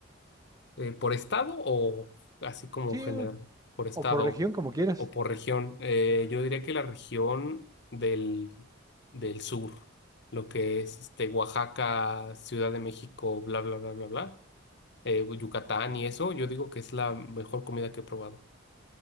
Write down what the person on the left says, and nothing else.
eh, por estado o así como
general, por estado
o por región. Eh, yo diría que la región del, del sur, lo que es este Oaxaca, Ciudad de México, bla, bla, bla, bla, bla, eh, Yucatán y eso, yo digo que es la mejor comida que he probado.